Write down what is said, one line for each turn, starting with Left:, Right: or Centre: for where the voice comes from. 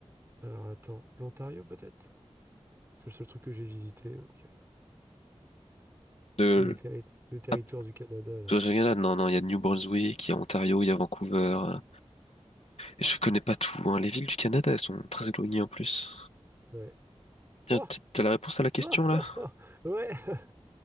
Right: Alors attends, l'Ontario peut-être? C'est le seul truc que j'ai visité, donc euh,
Left: De...
Right: des, terri- des territoires
Left: Ah,
Right: du Canada, là.
Left: toi, j'ai rien là. Non, non, il y a New Brunswick, il y a Ontario, il y a Vancouver. euh. Et je connais pas tout, hein. Les villes du Canada, elles sont très éloignées en plus.
Right: Ouais.
Left: Tiens,
Right: Oh!
Left: t-
Right: Oh! <laughs>
Left: t'as la réponse à la question,
Right: Oh!
Left: là?
Right: oh Ouais! <laughs>